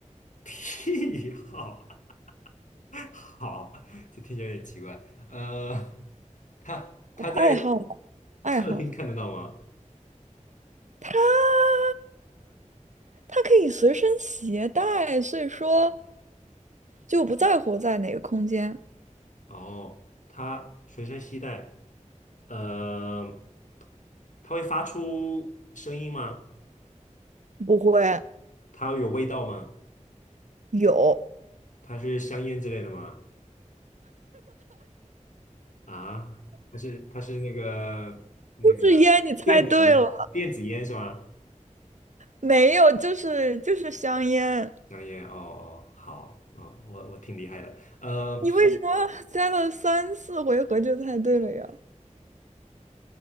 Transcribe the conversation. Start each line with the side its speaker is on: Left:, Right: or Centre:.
Left: <laughs> 屁好。<laughs> 好，这听起来有点奇怪。呃，他他在
Right: 爱好、爱好。
Left: 客厅看得到吗？
Right: 它它可以随身携带，所以说就不在乎在哪个空间。
Left: 哦，他随身携带。呃，他会发出声音吗？
Right: 不会
Left: 它有味道吗？
Right: 有，
Left: 它是香烟之类的吗？啊，它是它是那个那个电子烟，
Right: 就是烟，你猜对了，
Left: 电子烟是吗？
Right: 没有，就是就是香烟。
Left: 香烟，哦哦，好，哦，我我挺厉害的。呃
Right: 你为什么猜了三四回合就猜对了呀？